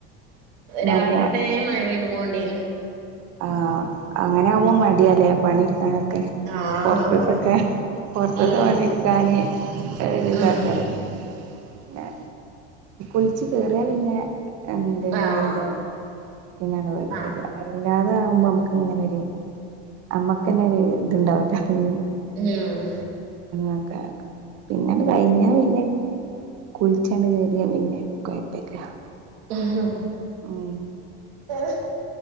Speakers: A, on the right; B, on the right.
A: രാവിലെ
B: നല്ല
A: ഒട്ടേ മഴപെയ്തോണ്ടണ്
B: ആഹ, അങ്ങനെ ആവുമ്പോ മടിയല്ലേ പണി ഇട്ക്കാനൊക്കെ
A: ആഹ്
B: പൊറത്ത്ട്ടൊക്കെ. പുൊറത്ത്തെ
A: ഉം
B: പണിയെടുക്കാന് ഇതാക്കരം
A: ഉം
B: പിന്നെ. കുളിച് കേറിയ പിന്നെ എന്ത മഴപെയ്താലും
A: ആഹ്
B: പിന്നെ അണ്ട് കൊയപ്പല്ലാ.
A: ആഹ്
B: ഇല്ലാതെ ആകുമ്പോ നമ്മക്ക് ഇങ്ങനെരു ഞമ്മക്കന്നെ ഒരു ഇത്ണ്ടാവൂല.
A: ഉം
B: <unintelligible> പിന്നണ്ട് കഴിഞ്ഞാ പിന്നെ കുളിച്ചണ്ട് കേറി ന്ന പിന്നെ കുഴപ്പില്ല്യ.
A: ഉം.
B: ഉം.
A: ഏഹ്.